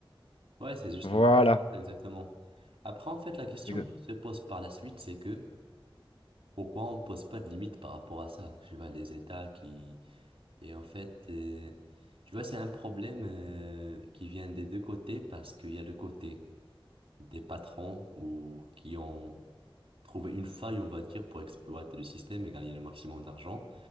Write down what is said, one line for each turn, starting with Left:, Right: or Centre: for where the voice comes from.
Right: Ouais, c'est justement,
Left: Voilà.
Right: c'est exactement. Après, en fait, la question
Left: C'est que-
Right: qui se pose par la suite, c'est que Pourquoi on pose pas de limite par rapport à ça? Tu vois, les États qui... Et en fait, euh, tu vois, c'est un problème euh, qui vient des deux côtés parce qu'il y a le côté des patrons ou qui ont trouvé une faille, on va dire, pour exploiter le système et gagner le maximum d'argent.